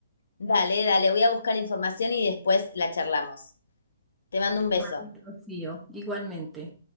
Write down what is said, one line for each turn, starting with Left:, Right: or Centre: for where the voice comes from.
Left: Dale, dale, voy a buscar información y después la charlamos. Te mando un beso.
Centre: Vale, Rocío, igualmente.